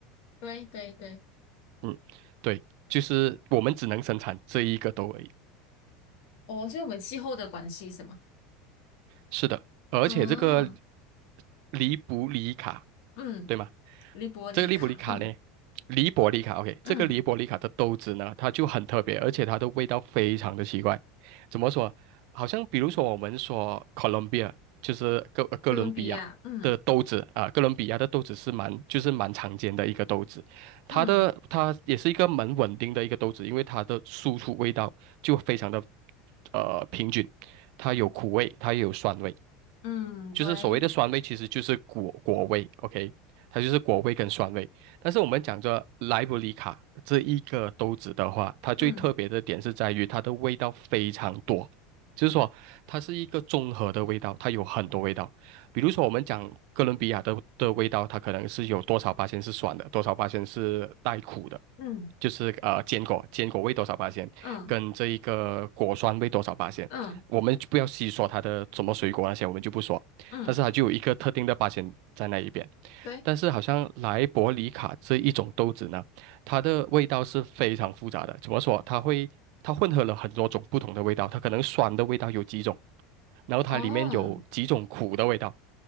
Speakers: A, on the left; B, on the right.
A: 对对对，
B: 嗯，对，就是我们只能生产这一个豆而已，
A: 哦，所以我们气候的关系是吗？
B: 是的，而且这个
A: 嗯
B: 利布里卡，
A: 嗯，
B: 对吗？
A: 利波利卡，
B: 这个利布里卡呢，
A: 嗯
B: 利伯利卡，OK，
A: 嗯，
B: 这个利伯利卡的豆子呢，它就很特别，而且它的味道非常的奇怪。怎么说？好像比如说我们说 Colombia，就是哥呃哥伦比亚的豆子啊，
A: 哥伦比亚，嗯
B: 哥伦比亚的豆子是蛮就是蛮常见的一个豆子，它的它也是一个蛮稳定的一个豆子，
A: 嗯
B: 因为它的输出味道就非常的呃平均，它有苦味，它也有酸味。
A: 嗯，
B: 就是所谓的酸味，
A: 对，
B: 其实就是果果味，OK，它就是果味跟酸味。但是我们讲着莱布里卡这一个豆子的话，它最特别的点是在于它的味道非常多，
A: 嗯
B: 就是说它是一个综合的味道，它有很多味道。比如说我们讲哥伦比亚的的味道，它可能是有多少八仙是酸的，多少八仙是带苦的。
A: 嗯
B: 就是呃坚果，坚果味多少八仙，
A: 嗯
B: 跟这一个果酸味多少八仙，
A: 嗯
B: 我们就不要细说它的什么水果那些，我们就不说。
A: 嗯，
B: 但是它就有一个特定的八仙在那一边。
A: 对，
B: 但是好像莱伯里卡这一种豆子呢，它的味道是非常复杂的。怎么说？它会它混合了很多种不同的味道，它可能酸的味道有几种，然后它里面有几种苦的味道。
A: 哦，